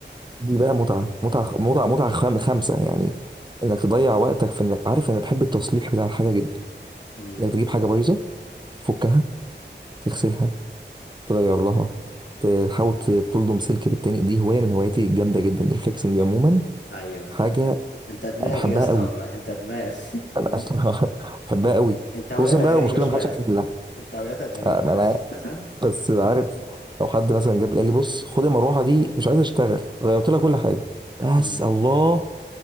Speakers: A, on the right; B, on the left.
A: دي بقى متعه متعه متعه متعه خم... خمسه يعني انك تضيع وقتك في انك عارف انا بحب التصليح بتاع الحاجه جدا
B: امم
A: انك تجيب حاجه بايظه تفكها تغسلها تغير لها تحاول ت- تلضم سلك بالتاني دي هوايه من هواياتي الجامده جدا الفليكسنج عموما
B: ايوه
A: حاجه
B: انت دماغ
A: بحبها
B: يا اسطى
A: قوي
B: والله انت دماغ
A: انا اصلا <laughs> بحبها قوي
B: <laughs> انت هويتك
A: خصوصا بقى
B: غريبة
A: لو مشكله
B: شوية
A: محدش
B: يا
A: عارف
B: اسطى
A: يحلها
B: انت هويتك غريبة
A: آه، ما
B: يا
A: انا
B: اسطى
A: عارف، بس عارف لو حد مثلا جاب لي قال لي بص خد المروحه دي مش عايز اشتغل غيرت لها كل حاجه
B: <laughs>
A: بس
B: امم
A: الله